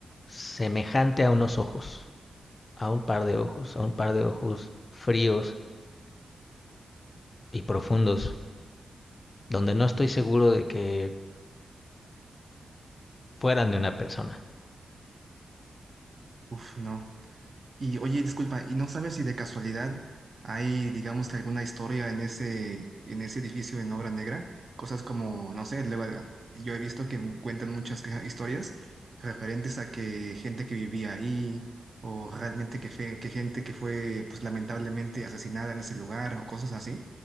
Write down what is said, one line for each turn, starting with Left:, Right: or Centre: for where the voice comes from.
Left: semejante a unos ojos, a un par de ojos, a un par de ojos fríos y profundos, donde no estoy seguro de que fueran de una persona.
Right: Uf, no. Y oye, disculpa, ¿y no sabes si de casualidad hay, digamos que alguna historia en ese, en ese edificio en obra negra? Cosas como, no sé, luego eh, yo he visto que mu- cuentan muchas que- historias referentes a que gente que vivía ahí o realmente que, fe- que gente que fue pues lamentablemente asesinada en ese lugar o cosas así.